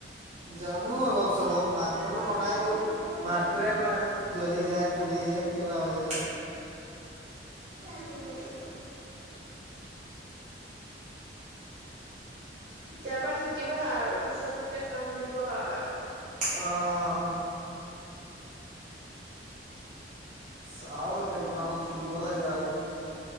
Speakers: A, on the right; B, on the right.
A: জানো অলপ চলপ। মাংসটো বনাই দিওঁ, ভাতটোহে নোৱাৰো জ্বলি যায়। পুৰি যায় কিবা হৈ যায়। তিয়া
B: উম
A: আমি কি কৰিম?
B: এতিয়াৰ পৰা শিকিবা আৰু, পিছত তেতিয়া কাম দিব আৰু।
A: অঁ'। চাওঁ এতিয়া বনাওঁ, শিকিব লাগিব আকৌ।